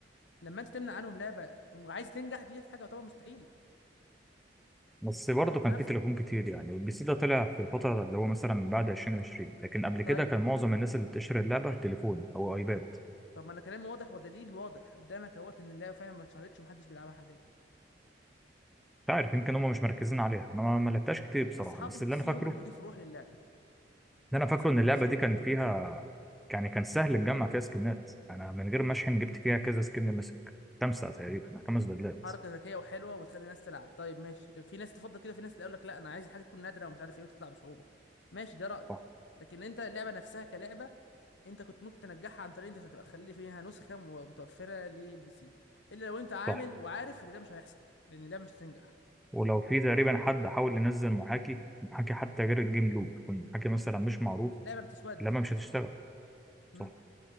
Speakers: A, on the left; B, in the centre.
A: لما انت تمنع عنهم لعبه وعايز تنجح دي حاجه طبعا مستحيل
B: بس برضه
A: تحط
B: كان
A: نفسك
B: في تليفون كتير يعني والبي سي ده طلع في الفترة اللي هو مثلا بعد 2020 لكن قبل كده
A: طيب
B: كان معظم الناس اللي بتشتري اللعبة تليفون أو أيباد
A: طب ما انا كلامي واضح ودليل واضح قدامك اهوت ان اللعبه فعلا ما اتشهرتش ومحدش بيلعبها حاليا
B: مش عارف يمكن هم مش مركزين عليها أنا ما ما لعبتهاش كتير بصراحة
A: اصحاب
B: بس
A: البي
B: اللي
A: سي
B: أنا فاكره
A: هم اللي بيضيفوا روح للعبه
B: اللي أنا فاكره
A: اصحاب
B: إن
A: البي
B: اللعبة
A: سي
B: دي كان
A: بيضيفوا
B: فيها
A: لعبه
B: يعني كان سهل نجمع فيها سكنات أنا من غير ما أشحن جبت فيها كذا سكن مسك خمسة تقريبا خمس بدلات
A: حركه ذكيه وحلوه وتخلي الناس تلعب طيب ماشي في ناس تفضل كده في ناس تقول لك لا انا عايز الحاجه تكون نادره ومش عارف ايه وتطلع بصعوبه ماشي ده رايي
B: صح
A: لكن انت اللعبه نفسها كلعبه انت كنت ممكن تنجحها عن طريق انت تبقى خلي فيها نسخه م- متوفره للبي سي الا لو انت عامل
B: صح
A: وعارف ان ده مش هيحصل ان اللعبه مش هتنجح
B: ولو في تقريبا حد حاول ينزل محاكي محاكي حتى غير الجيم لوب يكون محاكي مثلا مش معروف
A: اللعبه بتسود ما
B: اللعبة مش
A: تفتحش
B: هتشتغل صح
A: امم